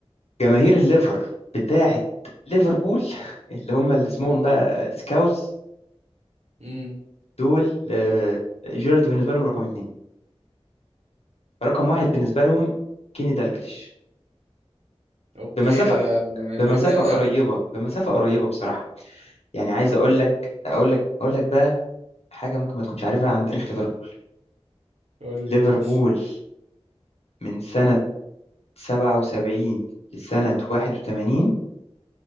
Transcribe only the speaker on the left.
جماهير الليفر بتاعة ليفربول <laughs> اللي هم اللي اسمهم
بقى سكاوز
دول آه، جيرارد بالنسبة لهم رقم اتنين رقم واحد بالنسبة لهم كيني دالجليش
بمسافة
بمسافة
قريبة
بمسافة قريبة بصراحة يعني عايز أقول لك أقول لك أقول لك بقى حاجة ممكن ما تكونش عارفها عن تاريخ ليفربول
ليفربول
من سنة 77 لسنة 81